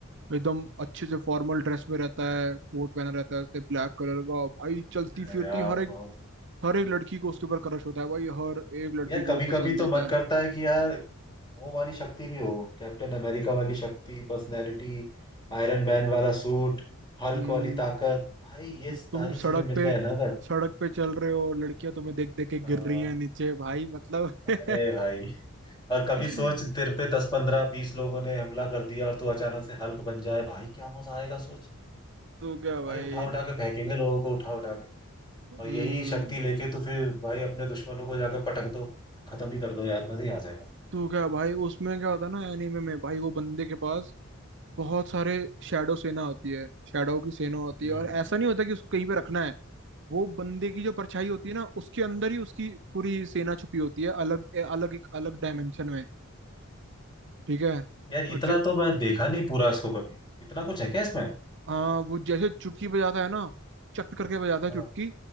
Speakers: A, on the right; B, on the left.
A: एकदम अच्छे से फॉर्मल ड्रेस में रहता है कोट पहना रहता है उसने ब्लैक कलर का भाई
B: बढ़िया
A: चलती फिरती
B: है यार
A: हर एक
B: बहुत
A: हर एक लड़की को उसके ऊपर क्रश होता है भाई हर एक लड़की
B: यार
A: को
B: कभी
A: वो
B: कभी
A: पसंद
B: तो
A: होता
B: मन
A: है
B: करता है कि यार वो वाली शक्ति भी हो कैप्टन अमेरिका वाली शक्ति पर्सनैलिटी आयरन मैन वाला सूट हल्क
A: हम्म
B: वाली ताकत भाई ये
A: तो
B: सारी
A: तुम
B: चीजें
A: सड़क
B: मिल
A: पे
B: जाए ना अगर
A: सड़क पे चल रहे हो लड़कियां तुम्हें देख देख के
B: हाँ
A: गिर रही हैं नीचे भाई मतलब
B: अरे भाई और कभी
A: <laughs>
B: सोच तेरे पे दस पंद्रह बीस लोगों ने हमला कर दिया और तू अचानक से हल्क बन जाए भाई क्या मजा आएगा सोच
A: तो क्या भाई
B: भाई उठा उठा के फेंकेंगे लोगों को उठा उठा के
A: हम्म
B: और यही शक्ति लेके तो फिर भाई अपने दुश्मनों को जाकर पटक दो खत्म ही कर दो यार मजा ही आ जाएगा
A: तो क्या भाई उसमें क्या होता है ना एनीमे में भाई वो बंदे के पास बहुत सारे शैडो सेना होती है शैडो की सेना होती
B: हम्म
A: है और
B: हम्म,
A: ऐसा
B: हम्म।
A: नहीं होता कि उसको कहीं पे रखना है वो बंदे की जो परछाई होती है ना उसके अंदर ही उसकी पूरी सेना छुपी होती है अलग अलग एक अलग डायमेंशन में ठीक है
B: यार
A: और
B: इतना
A: ज,
B: तो मैं देखा नहीं पूरा इसको कभी इतना कुछ है क्या इसमें
A: हाँ वो जैसे चुटकी बजाता है ना चट करके बजाता है
B: हाँ
A: चुटकी